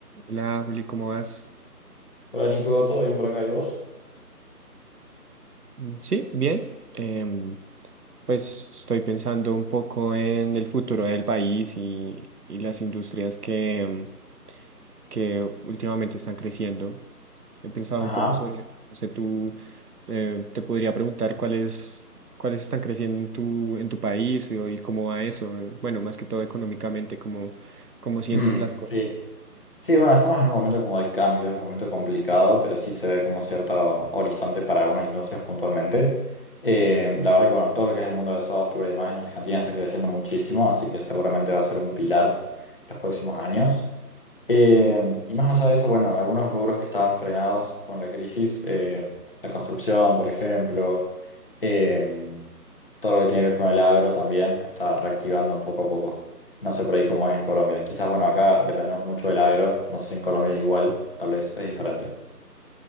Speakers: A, on the right (about 70°); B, on the left (about 35°).
A: Hola Juli, ¿cómo vas?
B: Hola Nico, ¿todo bien por acá y vos?
A: Mm, Sí, bien. Em, pues estoy pensando un poco en el futuro del país y, y las industrias que, em, que últimamente están creciendo. He pensado
B: Ajá.
A: un poco sobre eso. No sé, tú eh, te podría preguntar cuáles, cuáles están creciendo en tu, en tu país y, y cómo va eso. eh, Bueno, más que todo económicamente, cómo, cómo sientes
B: Mm,
A: las cosas.
B: sí. Sí, bueno, estamos en un momento como de cambio, es un momento complicado, pero sí se ve como cierto horizonte para algunas industrias puntualmente. Eh, la verdad que, bueno, todo lo que es el mundo del software y demás en Argentina está creciendo muchísimo, así que seguramente va a ser un pilar los próximos años. Eh, y más allá de eso, bueno, algunos rubros que estaban frenados con la crisis, eh, la construcción, por ejemplo, em, todo lo que tiene que ver con el agro también está reactivando poco a poco. No sé por ahí cómo es en Colombia. Quizás, bueno, acá dependemos mucho del agro. No sé si en Colombia es igual, tal vez es diferente.